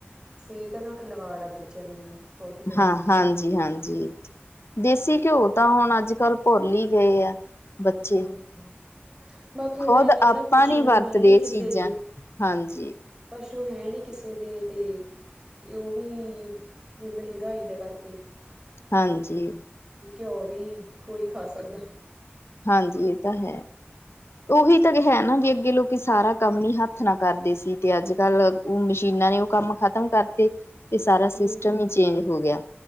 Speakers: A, on the right; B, on the left.
A: ਸਿਹਤ ਨਾਲ ਖਿਲਵਾੜ ਆ ਬੱਚਿਆਂ ਦੀ ਨਾਲ। ਬਹੁਤ ਜ਼ਿਆਦਾ
B: ਹਾਂ ਹਾਂਜੀ ਹਾਂਜੀ ਦੇਸੀ ਘਿਓ ਤਾਂ ਹੁਣ ਅੱਜ ਕੱਲ੍ਹ ਭੁੱਲ ਹੀ ਗਏ ਆ। ਬੱਚੇ
A: ਘਿਉ ਬੰਦ। ਬਾਕੀ
B: ਖੁਦ
A: ਹੁਣ ਇਵੇਂ
B: ਆਪਾਂ
A: ਨਾ ਪਸ਼ੂ
B: ਨੀ ਵਰਤਦੇ
A: ਹੈ ਨੀ
B: ਇਹ
A: ਕਿਸੇ
B: ਚੀਜ਼ਾਂ
A: ਦੇ।
B: ਹਾਂਜੀ
A: ਪਸ਼ੂ ਹੈ ਨੀ ਕਿਸੇ ਦੇ ਤੇ ਉਹ ਵੀ। ਵੀ ਮਹਿੰਗਾਈ ਦਾ ਕਰਕੇ ਈ।
B: ਹਾਂਜੀ।
A: ਵੀ ਘਿਓ ਵੀ ਕੋਈ ਖਾ ਸਕਦਾ।
B: ਹਾਂਜੀ ਇਹ ਤਾਂ ਹੈ। ਉਹੀ ਤਾਂ ਹੈ ਨਾ ਵੀ ਅੱਗੇ ਲੋਕੀ ਸਾਰਾ ਕੰਮ ਹੀ ਹੱਥ ਨਾਲ ਕਰਦੇ ਸੀ ਤੇ ਅੱਜ ਕੱਲ। ਉਹ ਮਸ਼ੀਨਾਂ ਨੇ ਉਹ ਕੰਮ ਖ਼ਤਮ ਕਰਤੇ ਤੇ ਸਾਰਾ
A: ਹਮ
B: ਸਿਸਟਮ ਹੀ ਚੇਂਜ। ਹੋ ਗਿਆ